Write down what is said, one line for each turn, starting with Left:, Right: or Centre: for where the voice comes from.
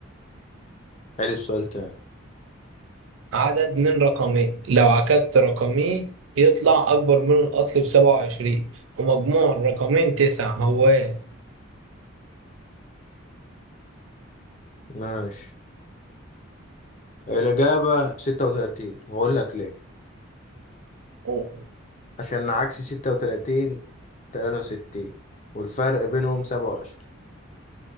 Left: حلو السؤال تاني
Right: عدد من رقمين لو عكست رقميه يطلع أكبر من الأصل بسبعة وعشرين ومجموع الرقمين تسعة هو إيه؟
Left: ماشي الإجابة ستة وتلاتين وأقول لك ليه
Right: أوه.
Left: عشان عكس ستة وتلاتين تلاتة وستين والفرق بينهم سبعة وعشرين